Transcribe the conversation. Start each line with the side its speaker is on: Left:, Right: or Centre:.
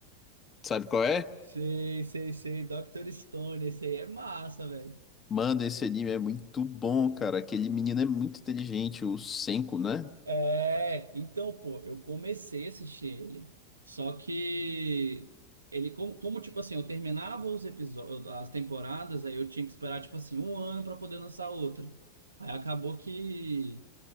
Left: Sabe qual é?
Right: Sei, sei, sei, Dr. Stone, esse aí é massa, velho.
Left: Manda, esse anime é muito bom, cara. Aquele menino é muito inteligente, o Senko, né?
Right: É, então, pô, eu comecei a assistir ele. Só que ele, como, como, tipo assim, eu terminava os episódios, as temporadas, aí eu tinha que esperar, tipo assim, um ano pra poder lançar outra. Aí acabou que,